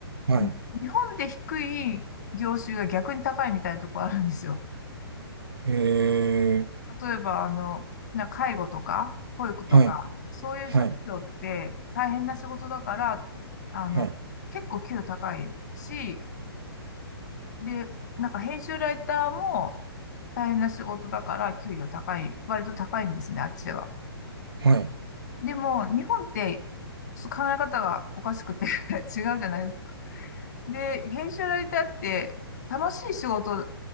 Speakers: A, on the right (about 65°); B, on the left (about 45°).
A: はい、
B: うん日本で低い業種が逆に高いみたいなとこあるんですよ。
A: え
B: 例えば、あの、な介護とか、保育とか、
A: ー、はい、
B: そういう職業って大変な仕事だから、
A: はい、
B: あの、
A: はい、
B: 結構給料高いし、で、なんか編集ライターも大変な仕事だから給料高い、割と高いんですね、あっちでは。
A: はい、
B: でも、日本って、ちょっと考え方がおかしくて <laughs> 違うじゃないですで、編集ライターって楽しい仕事、